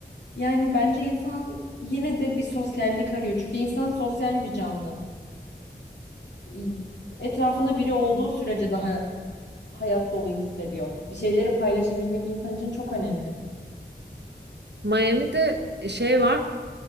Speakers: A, on the left; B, on the right.
A: Yani bence insan yine de bir sosyallik arıyor. Çünkü insan sosyal bir canlı. İ- Etrafında biri olduğu sürece daha hayat dolu hissediyor. Bir şeyleri paylaşabilmek insan için çok önemli.
B: Miami'de şey var